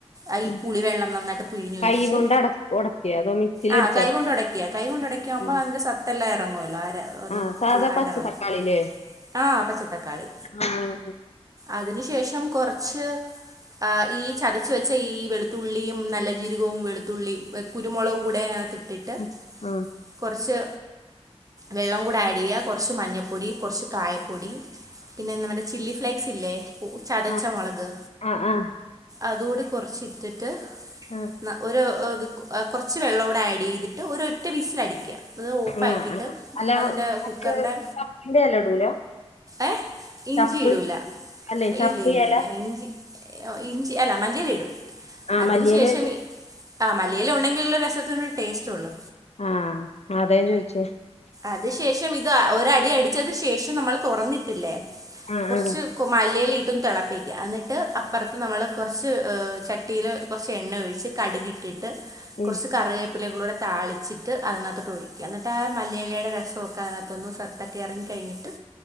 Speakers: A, on the right; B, on the left.
A: അയീപുളി
B: ഉം
A: വെള്ളം നന്നായിട്ട് പിഴിഞ്ഞൊഴിച്ച്
B: കൈ കൊണ്ട് അട ഒടക്കേ അതോ മിക്സില്
A: ആ
B: അടിച്ചാ
A: കൈ കൊണ്ടു ഒടക്ക കൈ കൊണ്ട് ഒടക്ക്മ്പോ
B: ആഹ്
A: അത് സത്തെല്ലാം എറങ്ങുല്ലോ അതും
B: ആഹ് സാധാ
A: ഫുള്ളായിട്ട്
B: പച്ച
A: എറങ്ങും
B: തക്കാളില്ലേ
A: ആ പച്ചത്തക്കാളി
B: ആഹ്
A: അതിനു ശേഷം കൊർച്ച് ആ ഈ ചതച്ചു വെ ച്ചെ ഈ വെളുത്തുള്ളിയും നല്ല ജീരകവും വെളുത്തുള്ളി കുരുമൊളകും കൂടെ ക്കിട്ട്
B: ഉം ഉം
A: കൊറച്ച് വെള്ളവും കൂടി ആഡ് ചെയ്യ കൊറച്ച് മഞ്ഞപ്പൊടി കൊറച്ച് കായപ്പൊടി പിന്നെന്താ മറ്റെ ചില്ലി ഫ്ലേക്സ് ഇല്ലേ ചതച്ച
B: ആഹ്
A: മുളക്
B: ആഹ് ആഹ്
A: അതുകൂടി കൊറച്ച് ഇട്ടിട്ട്
B: ആ
A: ന്നാ ഒരു അ കൊറച്ച് വെള്ളവും കൂടെ ആഡ് ചെയ്തിട്ട് ഒരു ഒറ്റ വിസിൽ അടിക്ക അത് ഓഫ്
B: ആഹ്
A: ആക്കീട്ട്
B: ആഹ് അല്ല
A: അതിന്റെ
B: മറ്റേ
A: കുക്കറിന്റെ
B: ചപ്പിന്റെ എല ഇടൂല
A: ഏ ഇഞ്ചിയിടൂല
B: ചപ്പ് അല്ലെ ചപ്പ്
A: ഇല്ല ഇല്ല
B: എല
A: ഇല്ല ഇഞ്ചി ഇ ഒ ഇഞ്ചി അല്ല മല്ലിയല ഇടും
B: ആഹ്
A: അതിന്
B: മല്ലിയെല
A: ശേഷം
B: ഞാൻ
A: ആ മല്ലിയില ഉണ്ടെങ്കിലല്ലേ രസത്തിന് ഒരു ടേസ്റ്റ് ഉള്ളു
B: ആ അതെ ചോയിച്ചേ
A: അത് ശേഷം ഇത് ഒ അടി അടിച്ചതി ശേഷം നമ്മൾ തുറന്നിട്ടില്ലേ
B: ആഹ്
A: കുറച്ച്
B: ആഹ്
A: മല്ലിയിലയിട്ടും തിളപ്പിക്ക എന്നിട്ട് അപ്പറത്ത് നമ്മള് കൊറച്ച് ചട്ടിയില് കൊറച്ച് എണ്ണ ഒഴിച്ച് കടുക് ഇട്ടിട്ട്
B: ഉം
A: കൊറച്ച് കറിവേപ്പിലയും കൂടെ താളിച്ചിട്ട് അതിനകത്തോട്ട് ഒഴിക്ക എന്നിട്ട് മല്ലിയിലയുടെ രസഒക്കെ അതിനകത്തൊന്ന് സത്തെക്കെ എറങ്ങി കഴിഞ്ഞിട്ട്